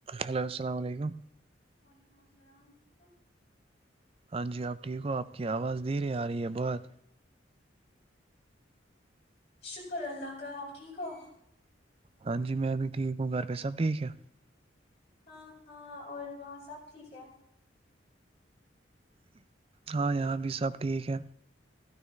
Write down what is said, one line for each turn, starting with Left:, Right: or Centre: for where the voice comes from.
Right: ہیلو السلام علیکم
Left: <unintelligible>
Right: ہاں جی آپ ٹھیک ہو آپ کی آواز دھیر ہی آ رہی ہے بہت
Left: شکر اللہ کا آپ ٹھیک ہو
Right: ہاں جی میں بھی ٹھیک گھر پہ سب ٹھیک ہے
Left: ہاں ہاں اور وہاں سب ٹھیک ہے
Right: ہاں یہاں بھی سب ٹھیک ہے